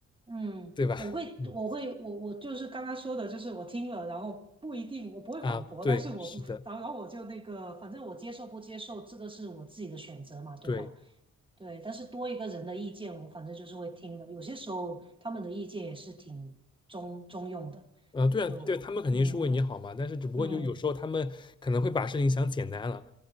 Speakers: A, on the right; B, on the left.
A: 嗯，
B: 对吧？
A: 我会，
B: 嗯
A: 我会，我我就是刚刚说的，就是我听了，然后不一定，我不会反驳，
B: 啊，对，
A: 但是我不，
B: 是的，
A: 然后我就那个，反正我接受不接受，这个是我自己的选择嘛，对吧？
B: 对。
A: 对，但是多一个人的意见，我反正就是会听的，有些时候他们的意见也是挺中中用的，
B: 嗯，呃对啊，
A: 就嗯
B: 对，他们肯定是为你好嘛，但是只不过就有时候他们可能会把事情想简单了。
A: 嗯